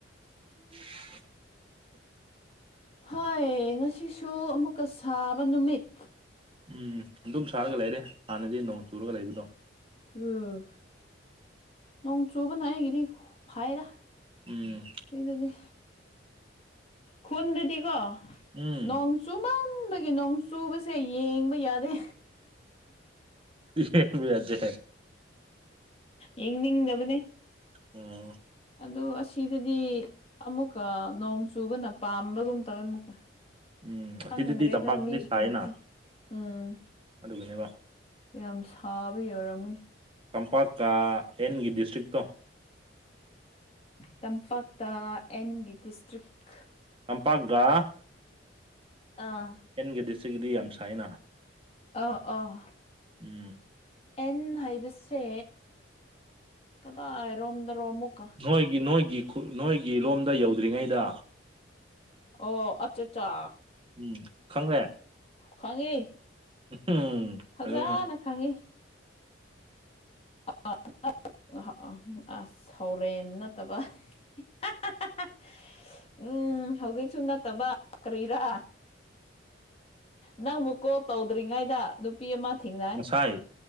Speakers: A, on the right; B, on the left.
A: <unintelligible>
B: ꯍꯣꯏ ꯉꯁꯤꯁꯨ ꯑꯃꯨꯛꯀ ꯁꯥꯕ ꯅꯨꯃꯤꯠ
A: ꯎꯝ ꯑꯗꯨꯝ ꯁꯥꯔꯒ ꯂꯩꯔꯦ ꯍꯥꯟꯅꯗꯤ ꯅꯣꯡ ꯆꯨꯔꯒ ꯂꯩꯕꯗꯣ꯫
B: ꯎꯝ ꯅꯣꯡ ꯆꯨꯕꯅ ꯑꯩꯒꯤꯅꯤ ꯐꯩꯗ꯫
A: ꯎꯝ
B: ꯁꯤꯗꯗꯤ ꯈꯨꯟꯗꯗꯤꯀꯣ
A: ꯎꯝ
B: ꯅꯣꯡ ꯆꯨꯃꯟꯕꯒꯤ ꯅꯣꯡ ꯆꯨꯕꯁꯦ ꯌꯦꯡꯕ ꯌꯥꯗꯦ꯫
A: ꯌꯦꯡꯕ ꯌꯥꯗꯦ
B: ꯌꯦꯡꯅꯤꯡꯗꯕꯅꯦ
A: ꯑꯣ
B: ꯑꯗꯨ ꯑꯁꯤꯗꯗꯤ ꯑꯃꯨꯛꯀ ꯅꯣꯡ ꯆꯨꯕꯅ ꯄꯥꯝꯕꯒꯨꯝ ꯇꯧꯋꯦ ꯑꯃꯨꯛꯀ꯫
A: ꯎꯝ
B: ꯈꯪꯗ꯭ꯔꯦꯗ
A: ꯑꯁꯤꯗꯗꯤ ꯇꯝꯄꯥꯛꯇꯗꯤ
B: ꯃꯤꯁꯤꯡꯁꯦ
A: ꯁꯥꯏꯅ
B: ꯎꯝ
A: ꯑꯗꯨꯒꯤꯅꯦꯕ
B: ꯌꯥꯝ ꯁꯥꯕꯒꯤ ꯑꯣꯏꯔꯝꯒꯅꯤ
A: ꯇꯝꯄꯥꯛꯀꯥ ꯍꯦꯟꯒꯤ ꯗꯤꯁꯇ꯭ꯔꯤꯛꯇꯣ
B: ꯇꯝꯄꯥꯛꯇ ꯑꯦꯟꯒꯤ ꯗꯤꯁꯇ꯭ꯔꯤꯛ
A: ꯇꯝꯄꯥꯛꯒ
B: ꯑꯥ
A: ꯑꯦꯟꯒꯤ ꯗꯤꯁꯇ꯭ꯔꯤꯛꯀꯤꯗꯤ ꯌꯥꯝ ꯁꯥꯏꯅ
B: ꯑ ꯑꯣ
A: ꯎꯝ
B: ꯑꯦꯟ ꯍꯥꯏꯕꯁꯦ ꯀꯗꯥꯏꯔꯣꯝꯗꯔꯣ ꯑꯃꯨꯛꯀ
A: ꯅꯣꯏꯒꯤ ꯅꯣꯏꯒꯤ ꯈꯨ ꯅꯣꯏꯒꯤ ꯂꯣꯝꯗ ꯌꯧꯗ꯭ꯔꯤꯉꯩꯗ
B: ꯑꯣ ꯑꯆꯥ ꯆꯥ
A: ꯎꯝ ꯈꯪꯂꯦ
B: ꯈꯥꯡꯉꯦ
A: ꯎꯝ
B: ꯐꯖꯅ
A: ꯑꯗꯨꯅ
B: ꯈꯥꯡꯉꯤ꯫ <unintelligible> ꯑ ꯑꯁ ꯍꯧꯔꯦꯟ ꯅꯠꯇꯕ <unintelligible> ꯎꯝ ꯍꯧꯖꯤꯛꯁꯨ ꯅꯠꯇꯕ ꯀꯔꯤꯔꯥ? ꯅꯪꯕꯨ ꯀꯣꯜ ꯇꯧꯗ꯭ꯔꯤꯉꯩꯗ ꯅꯨꯄꯤ ꯑꯃ ꯊꯦꯡꯅꯥꯏ
A: ꯉꯁꯥꯏ